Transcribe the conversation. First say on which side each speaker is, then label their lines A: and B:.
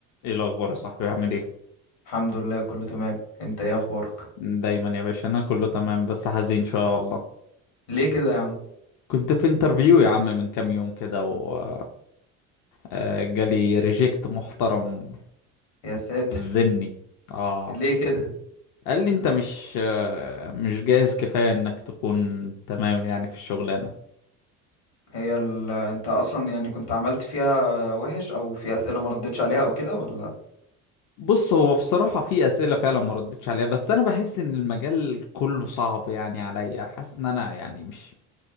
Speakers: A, on the left; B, on the left.
A: ايه الاخبار يا صاحبي عامل ايه
B: الحمد لله كله تمام انت ايه اخبارك
A: دايما يا باشا انا كله تمام بس حزين شويه والله
B: ليه كده يا عم
A: كنت في انترفيو يا عم من كام يوم كده و آه، جالي ريجكت محترم
B: يا ساتر
A: ذني اه
B: ليه كده
A: قال لي انت مش آه، مش جاهز كفايه انك تكون تمام يعني في الشغلانه
B: هي ال... انت اصلا يعني كنت عملت فيها وحش او في اسئله ما ردتش عليها او كده ولا
A: بص هو بصراحه في اسئله فعلا ما ردتش عليها بس انا بحس ان المجال كله صعب يعني عليا حاسس ان انا يعني مش